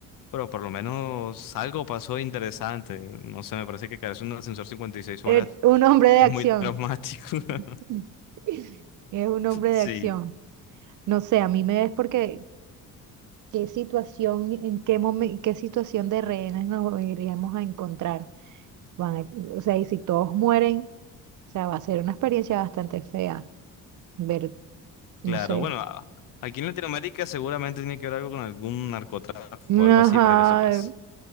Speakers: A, on the left (about 50°); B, on the right (about 45°).
A: pero por lo menos algo pasó interesante. No sé, me parece que caerse en un ascensor 56 horas
B: Eh, un hombre de
A: es
B: acción.
A: muy traumático. <laughs>
B: <laughs> Es un hombre
A: Sí.
B: de acción. No sé, a mí me es porque qué situación, en qué momen- qué situación de rehenes nos iríamos a encontrar. Van a- o sea, y si todos mueren, O sea, va a ser una experiencia bastante fea ver, no
A: Claro,
B: sé.
A: bueno, a- aquí en Latinoamérica seguramente tiene que ver algo con algún narcotráfico o algo
B: Ajá.
A: así para que eso pase.